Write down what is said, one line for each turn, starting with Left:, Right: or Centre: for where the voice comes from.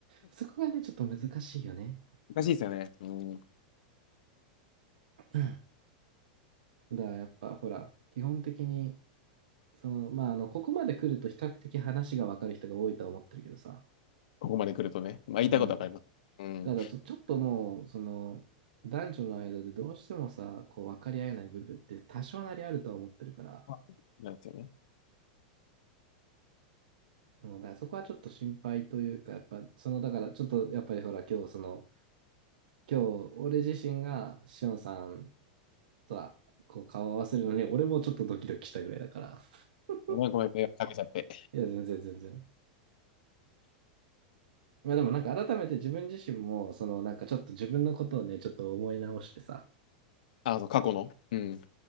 Right: そこがね、ちょっと難しいよね。
Left: 難しいですよね。うん。
Right: うんだからやっぱほら、基本的にその、まあ、あの、ここまで来ると比較的話がわかる人が多いとは思ってるけどさ。
Left: ここまで来るとね。まあ、言いたいことわかります。
Right: うん。
Left: うん。
Right: ただちょ、ちょっともう、その、男女の間でどうしてもさ、こう、分かり合えない部分って多少なりあるとは思ってるから。
Left: あなんですよね。
Right: うん、だからそこはちょっと心配というか、やっぱ、その、だから、ちょっと、やっぱりほら、今日、その、今日、俺自身が、しおんさんとは、こう、顔を合わせるのに、俺もちょっとドキドキしたぐらいだから。<laughs>
Left: ごめんごめん、迷惑かけちゃって。
Right: いや、全然、全然。まあでもなんか改めて自分自身も、そのなんかちょっと自分のことをね、ちょっと思い直してさ、
Left: あ、そう、過去の。うん。